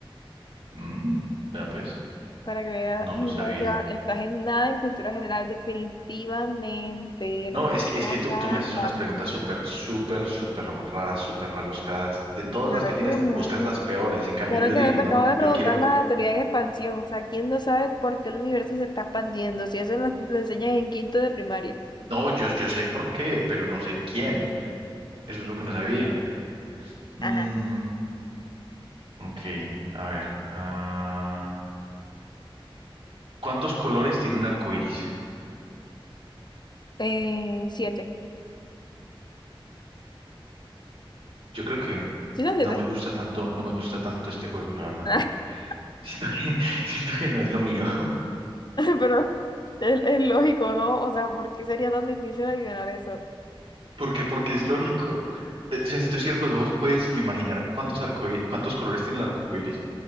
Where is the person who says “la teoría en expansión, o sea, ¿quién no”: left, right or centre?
Left